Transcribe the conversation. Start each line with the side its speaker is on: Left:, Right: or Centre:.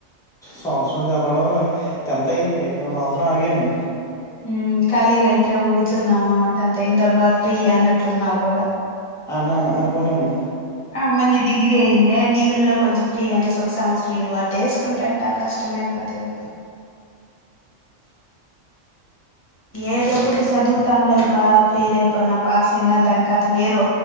Centre: సంవత్సరం చదవడం టెన్త్ అయ్యింది ఒక సంవత్సరం ఆగాను.
Left: మ్మ్ ఖాళీగా ఇంట్లో కూర్చుందామా టెన్త్ అయ్యిందబ్బా ఫ్రీ అన్నట్టున్నావు.
Centre: అన్నా అనుకోన్నాను.
Left: ఆ మళ్ళీ డిగ్రీ అయింది. డిగ్రీ లో కొంచెం ఫ్రీ అనేసి ఒక సంవత్సరం లీవ్ అటేసుకుంటేట్ట కష్టమ అయిపోతది. ఏదో ఒకటి చదువుతాండాలబ్బా ఫెయిల్ అయిపోయిన పాస్ అయినా దానికి కత వేరు